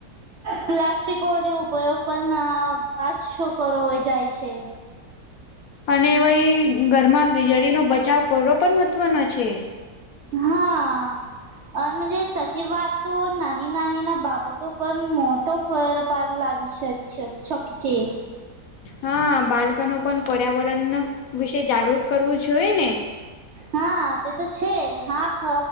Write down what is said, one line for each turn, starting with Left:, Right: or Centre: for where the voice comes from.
Right: પ્લાસ્ટિકો ન ઉપયોગ પણ આજ શો કરવો જાય છે.
Left: અને ભાઈ ઘરમાં વીજળીનો બચાવ કરવો પણ મહત્વનો છે.
Right: હા અનેજ સાચી વાત તો નાની નાની ના બાબત તો પણ મોટો ફર પાર લાવી શકક છે.
Left: હા બાળકનો પણ પર્યાવરણ વિશે જાગૃત કરવું જોઈ ને
Right: હા તે તો છે હાખ